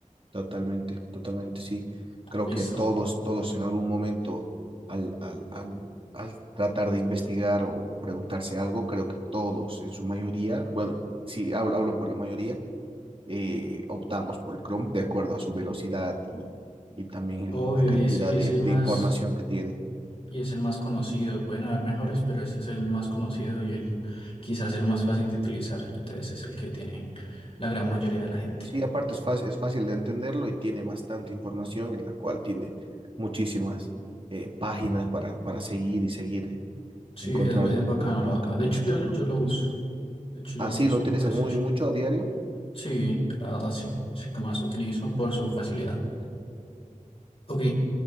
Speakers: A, on the right (about 40°); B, on the left (about 45°).
A: Totalmente, totalmente, sí. Creo
B: Listo.
A: que todos, todos en algún momento, al, al, al, al tratar de investigar o preguntarse algo, creo que todos en su mayoría, bueno, sí, hablo, hablo por la mayoría eh, optamos por el Chrome de acuerdo a su velocidad y, y también
B: Obvio,
A: la cantidad
B: y es, y
A: de,
B: es el
A: de
B: más,
A: información que tiene.
B: y es el más conocido. Pueden haber mejores, pero ese es el más conocido y el quizás el más fácil de utilizar. Entonces es el que tiene la gran mayoría de la gente.
A: Sí, aparte es fácil, es fácil de entenderlo y tiene bastante información en la cual tiene muchísimas eh, páginas para, para seguir y seguir eh,
B: Sí,
A: encontrando
B: es, es bacano,
A: lo que,
B: la
A: lo
B: verdad.
A: que tú
B: De hecho,
A: estás,
B: yo,
A: lo
B: yo
A: que
B: lo
A: tú
B: uso.
A: estás.
B: De hecho, yo
A: Así
B: lo uso,
A: lo utilizas
B: me parece
A: muy mucho a diario.
B: Sí, la verdad sí, es el que más utilizo por su facilidad. Ok,